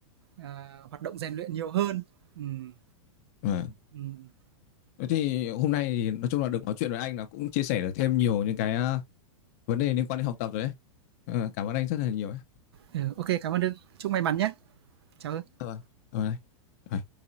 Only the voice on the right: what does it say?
ờ, hoạt động rèn luyện nhiều hơn. Ừm,
ừm,
ừ, ok cảm ơn Hưng. Chúc may mắn nhé Chào Hưng.